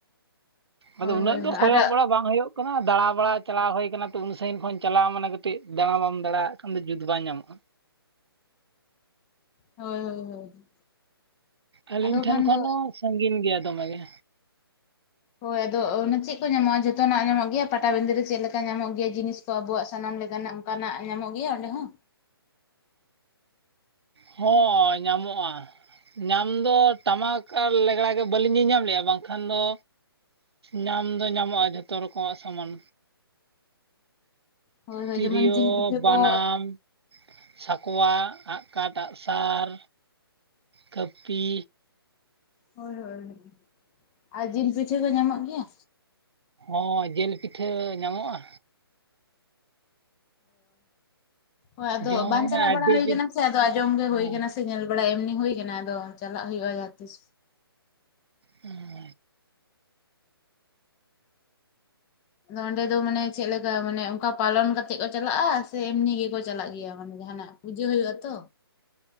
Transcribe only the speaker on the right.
ᱟᱫᱚ ᱩᱱᱟᱹᱜ
ᱫᱚ
ᱠᱚᱭᱚᱜ
ᱵᱟᱲᱟ ᱵᱟᱝ ᱦᱩᱭᱩᱜ ᱠᱟᱱᱟ ᱫᱟᱬᱟ ᱵᱟᱲᱟ ᱪᱟᱞᱟᱣ ᱦᱩᱭ ᱠᱟᱱᱟ ᱛᱚ ᱩᱱ ᱥᱟᱺᱜᱤᱧ ᱠᱷᱚᱱ ᱪᱟᱞᱟᱣ ᱢᱟᱱᱮ ᱠᱟᱹᱴᱤᱡ ᱫᱟᱬᱟ ᱵᱟᱢ ᱫᱟᱟᱲᱟ ᱟᱜ ᱠᱷᱟᱱ ᱫᱚ ᱡᱩᱛ ᱵᱟᱝ ᱧᱟᱢᱚᱜᱼᱟ
ᱟᱹᱞᱤᱧ
ᱴᱷᱮᱱ
ᱠᱷᱚᱱ
ᱦᱚᱸ ᱥᱟᱺᱜᱤᱧ ᱜᱮᱭᱟ ᱫᱚᱢᱮ ᱜᱮ
ᱦᱳᱭ ᱧᱟᱢᱚᱜᱼᱟ ᱧᱟᱢ ᱫᱚ ᱴᱟᱢᱟᱠ ᱟᱨ ᱞᱮᱜᱽᱲᱟ ᱜᱮ ᱵᱟᱹᱞᱤᱧ ᱧᱮᱞᱧᱟᱢ ᱞᱮᱜᱼᱟ ᱵᱟᱝᱠᱷᱟᱱ ᱫᱚ ᱧᱟᱢ ᱫᱚ ᱧᱟᱢᱚᱜᱼᱟ ᱡᱷᱚᱛᱚ ᱨᱚᱠᱚᱢᱟᱜ ᱥᱟᱢᱟᱱ
ᱛᱤᱨᱭᱳ
ᱵᱟᱱᱟᱢ
ᱥᱟᱠᱣᱟ ᱟᱜ ᱠᱟᱴ ᱟᱜᱥᱟᱨ ᱠᱟᱹᱯᱤ
ᱦᱚᱸ ᱡᱤᱞ ᱯᱤᱴᱷᱟᱹ ᱧᱟᱢᱚᱜᱼᱟ
ᱡᱚᱢ
ᱦᱩᱭᱱᱟ
ᱟᱹᱰᱤ
ᱡᱩᱛ
ᱦᱮᱸ
ᱦᱩᱸ
<inaudible>